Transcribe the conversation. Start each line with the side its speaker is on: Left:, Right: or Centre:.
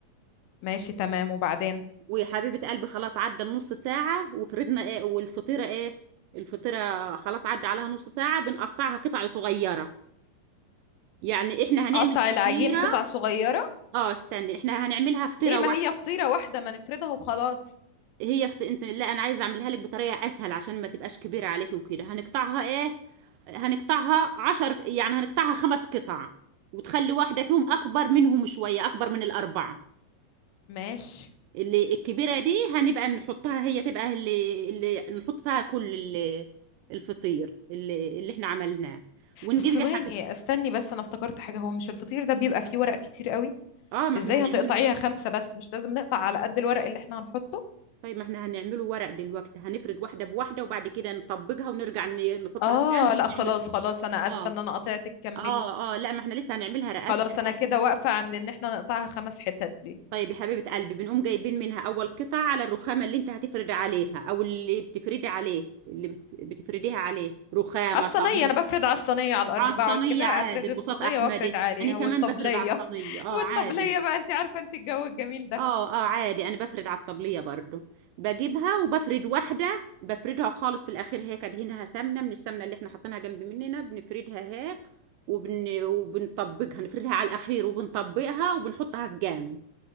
Left: ماشي تمام وبعدين
Right: ويا حبيبه قلبي خلاص عدى النص ساعه وفرضنا ايه والفطيره ايه الفطيره خلاص عدى عليها نص ساعه بنقطعها قطع صغيره يعني احنا هنعمل
Left: قطع
Right: فطيره
Left: العجين قطع صغيرة
Right: اه استني احنا هنعملها فطيره
Left: ليه ما هي فطيرة واحدة ما نفردها وخلاص
Right: هي فت... انت لا انا عايزه اعملها لك بطريقه اسهل عشان ما تبقاش كبيره عليك وكده هنقطعها ايه هنقطعها عشر يعني هنقطعها خمس قطع وتخلي واحده فيهم اكبر منهم شويه اكبر من الاربعه
Left: ماشي
Right: اللي الكبيره دي هنبقى نحطها هي تبقى اللي, اللي نحط فيها كل ال- الفطير اللي, اللي احنا عملناه ونجيب
Left: بس ثواني
Right: يا حبيبتي
Left: استني بس انا افتكرت حاجة هو مش الفطير ده بيبقى فيه ورق كتير قوي
Right: اه ما
Left: ازاي
Right: احنا هنعمله
Left: هتقطعيها خمسة بس مش لازم نقطع على قد الورق اللي احنا هنحطه
Right: طيب ما احنا هنعمله ورق دلوقتي هنفرد واحده بواحده وبعد كده نطبقها ونرجع ن- نحطها
Left: اه
Right: في جنب
Left: لا
Right: ونعمله
Left: خلاص خلاص انا
Right: اه
Left: اسفة ان انا قطعتك كملي
Right: اه اه لا ما احنا لسه هنعملها رقات
Left: خلاص
Right: رقات
Left: انا كده واقفة عند ان احنا نقطعها خمس حتت دي
Right: طيب يا حبيبة قلبي بنقوم جايبين منها اول قطعة على الرخامة اللي انت هتفرد عليها او اللي بتفردي عليه اللي بت... بتفرديها عليه رخامة
Left: على الصينية
Right: صينية
Left: انا بفرد على الصينية على الارض
Right: على الصينية
Left: بقعد كده
Right: عادي
Left: افرد
Right: البساط
Left: الصينية
Right: احمدي
Left: وافرد عليها
Right: انا كمان
Left: والطبلية
Right: بفرد على الصينية
Left: <laughs>
Right: اه
Left: والطبلية
Right: عادي
Left: بقى انت عارفة انت الجو الجميل ده
Right: اه اه عادي انا بفرد على الطبلية برضو بجيبها وبفرد واحدة بفردها خالص في الاخير هيك ادهنها سمنة من السمنة اللي احنا حاطينها جنب مننا بنفردها هيك وبن... وبنطبقها نفردها على الاخير وبنطبقها وبنحطها في جام